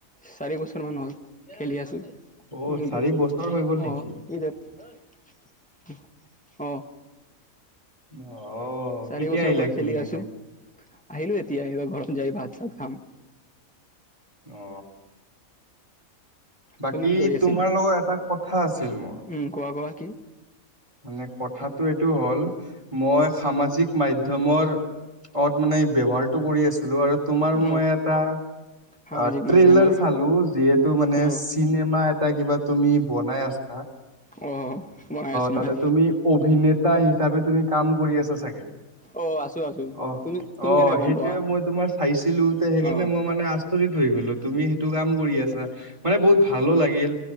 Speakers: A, in the centre; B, on the right.
A: চাৰি বছৰ মান হ'ল। খেলি আছো।
B: অ
A: উম,
B: চাৰি বছৰ হৈ গ'ল নেকি
A: অ, কিজান? অ।
B: অ।
A: চাৰি
B: কেতিয়া
A: বছৰ
B: আহিলা
A: পৰা খেলি
B: কিনে
A: আছো, আহিলো এতিয়া আহ ঘৰত যাই ভাত চ খাম।
B: অ, বাকী
A: তুমি কি কৰি আছিলা?
B: তোমাৰ লগত এটা কথা আছিল? মোৰ
A: উম কোৱা কোৱা কি?
B: মানে কথাটো এইটো হ'ল মই সামাজিক মাধ্য়মৰ অত মানে ব্যৱহাৰটো কৰি আছো ছিলো আৰু তোমাৰ মই
A: অ
B: এটা
A: সামাজিক
B: অ
A: মাধ্যমৰ
B: ট্ৰেইলাৰ চালো যিহেতু মানে
A: অ
B: চিনেমা এটা কিবা তুমি বনাই আছ
A: অ বনাই আছো
B: তাতে
A: মই
B: তুমি অভিনেতা হিচাপে তুমি কাম কৰি আছা চাগে
A: অ আছো আছো
B: অ
A: তুমি তুমি
B: অ
A: কেনেকে গম
B: সেইটোয়ে
A: পোৱা?
B: মই তোমাৰ চাইছিলো তে সেইকাৰণে
A: অ
B: মই মানে আ থৈ গলো তুমি সেইটো কাম কৰি আছা মানে বহুত ভালো লাগিল